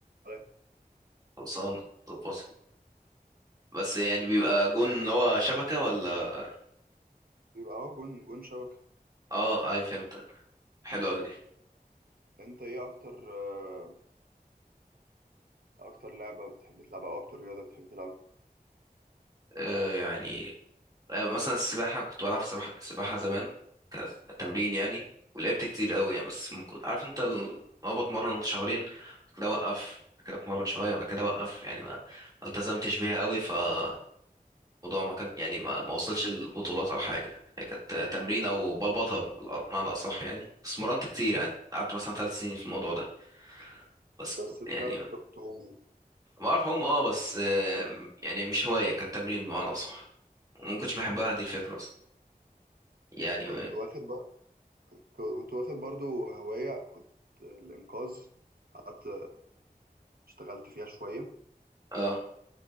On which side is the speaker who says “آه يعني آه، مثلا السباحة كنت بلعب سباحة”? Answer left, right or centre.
Right